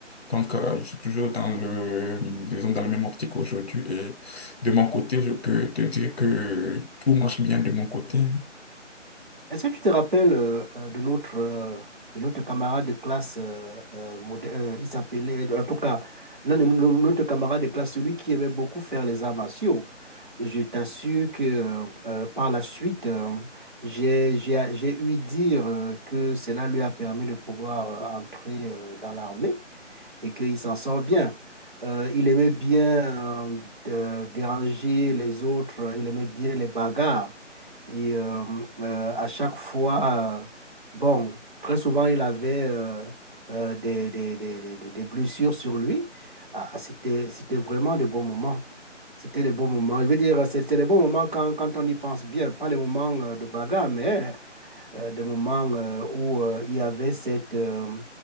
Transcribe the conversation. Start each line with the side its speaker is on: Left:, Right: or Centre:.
Left: Donc, euh, je suis toujours dans le, disons, dans la même optique aujourd'hui et de mon côté, je peux te dire que tout marche bien de mon côté.
Right: Est-ce que tu te rappelles euh, euh, de notre, euh, de notre camarade de classe, euh, euh, modè- euh, il s'appelait, en tout cas, l'un de nos- notre camarade de classe, celui qui aimait beaucoup faire les arts martiaux. Je t'assure que euh, euh, par la suite, euh, j'ai, j'ai, j'ai eu dire euh, que cela lui a permis de pouvoir euh, entrer euh, dans l'armée et qu'il s'en sort bien. Euh, il aimait bien euh, de- déranger les autres, il aimait bien les bagarres. Et euh, euh, à chaque fois, euh, bon, très souvent, il avait euh, euh, des, des, des, des, des- des blessures sur lui. Ah, ah, c'était, c'était vraiment des bons moments. C'était des bons moments. Je veux dire, c'était des bons moments quand, quand on y pense bien. Pas les moments euh, de bagarre, mais euh, des moments euh, où euh, il y avait cette, euh,